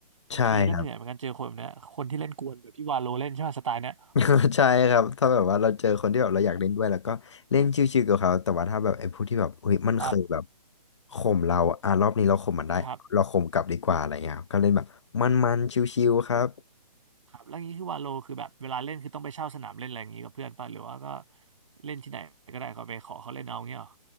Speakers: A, on the right; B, on the left.
A: บางทีก็เหนื่อยเหมือนกันเจอคนแบบเนี้ยคนที่เล่นกวนแบบที่วาโลเล่นใช่ไหมสไตล์เนี้ย
B: ใช่ครับ <laughs> ใช่ครับถ้าแบบว่าเราเจอคนที่แบบเราอยากเล่นด้วยแล้วก็เล่นชิวๆกับเขาแต่ว่าถ้าแบบไอ้พวกที่แบบเฮ้ยมันเคยแบบ
A: ครับ
B: ข่มเราอะอ่ะรอบนี้เราข่มมันได้เราข่มกลับดีกว่าอะไรเงี้ยครับก็เล่นแบบมันๆชิวๆครับ
A: ครับครับแล้วางนี้คือวาโลคือแบบเวลาเล่นคือต้องไปเช่าสนามเล่นอะไรอย่างงี้กับเพื่อนป่ะหรือว่าก็เล่นที่ไหนก็ได้เขาไปขอเขาเล่นเอาเงี้ยเหรอ